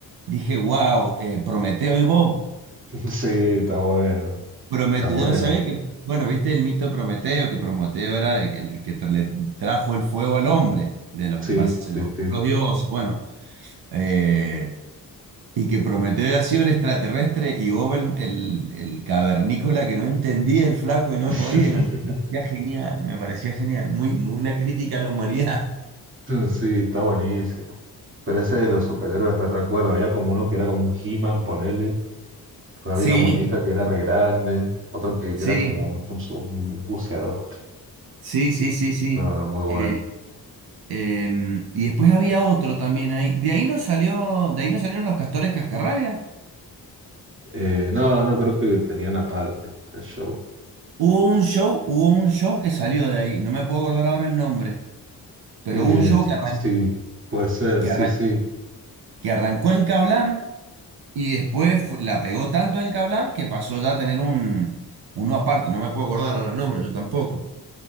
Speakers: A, on the right; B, on the right.
A: dije, wow, Prometeo y Bob.
B: Sí, está bueno,
A: Prometeo,
B: está bueno.
A: yo no sabía que, bueno, viste el mito Prometeo, que Prometeo era el, el que tra- le trajo el fuego al hombre, de los,
B: Sí,
A: más,
B: sí,
A: de los,
B: sí.
A: los dioses, bueno, eh, y que Prometeo ha sido el extraterrestre y Bob el, el, el cavernícola que no entendía el flaco y no
B: <laughs>
A: podía, y no, me parecía genial, me parecía genial, muy, muy una crítica a la humanidad. <laughs>
B: Sí, está buenísimo. Pero ese de los superhéroes me recuerdo. Había como uno que era como un He-Man, ponele, Después había
A: Sí,
B: una muñeca que era re grande, otro que
A: sí,
B: era como un, un- un buceador. <laughs>
A: sí, sí, sí, sí.
B: No, no, muy bueno.
A: Eh, em, y después había otro también ahí. De ahí no salió, de ahí no salieron los castores cascarrabia.
B: Eh, no, no creo que tenían aparte el show.
A: Hubo un show, hubo un show que salió de ahí, no me puedo acordar ahora el nombre, pero
B: Eh,
A: hubo un show que, arran-
B: sí, puede ser,
A: que,
B: sí,
A: arran-
B: sí.
A: que arrancó en Cablam y después fue- la pegó tanto en Cablam que pasó ya a tener un, uno aparte, no me puedo acordar ahora el nombre, yo tampoco.